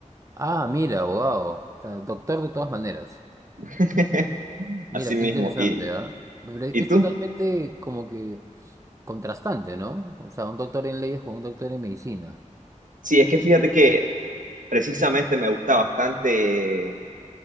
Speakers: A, on the right; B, on the right.
A: Ah, mira, abogado, o sea, doctor de todas maneras.
B: <laughs>
A: Mira,
B: Así
A: qué
B: mismo.
A: interesante,
B: ¿Y,
A: ¿ah? Pero es
B: y tú?
A: totalmente como que contrastante, ¿no? O sea, un doctor en leyes con un doctor en medicina,
B: Sí, es que fíjate que precisamente me gusta bastante